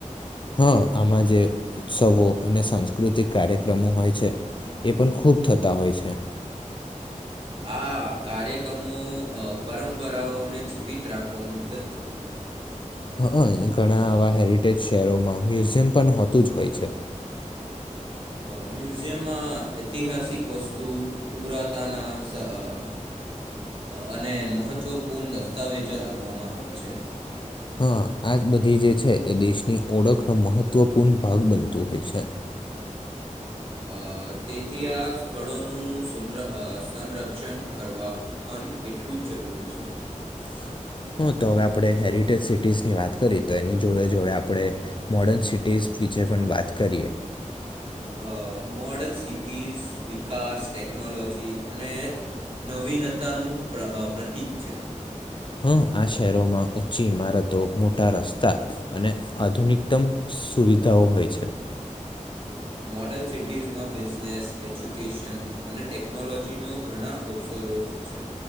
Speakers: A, on the left; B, on the right.
A: હા આમાં જે ઉત્સવો અને સાંસ્કૃતિક કાર્યક્રમો હોય છે એ પણ ખૂબ થતા હોય છે
B: આ કાર્યક્રમો પરંપરાઓને જીવિત રાખવામાં મદદ કરે છે
A: હ ઘણા આવા હેરિટેજ શહેરોમાં મ્યુઝિયમ પણ હોતું જ હોય છે <inaudible>
B: મ્યુઝિયમમાં ઐતિહાસિક વસ્તુ પુરાતાના સ અ અને મહત્ત્વપૂર્ણ દસ્તાવેજો રાખવામાં આવે છે
A: હા આજ બધી જે છે એ દેશની ઓળખનો મહત્વપૂર્ણ ભાગ બનતું હોય છે <inaudible>
B: અ તેથી આ સ્થળોનું સંરક્ષણ કરવા પણ એટલું જ જરૂરી છે
A: <inaudible> હા તો હવે આપણે હેરિટેજ સિટીઝની વાત કરીએ તો એની જોડે જોડે આપણે મોર્ડર્ન સિટીઝ વિશેે પણ વાત કરીએ
B: અ મોર્ડન સિટીઝ વિકાસ ટેકનોલોજી અને નવીનતાનું પ્રતિક છે
A: હા આ શહેરોમાં ઊચ્ચી ઈમારતો મોટા રસ્તા અને આધુનિકતમ સુવિધાઓ હોય છે
B: મોર્ડર્ન સિટીઝમાં બિઝનેસ એજ્યુકેશન અને ટેકનોલોજીનો ઘણા અવસર પણ છે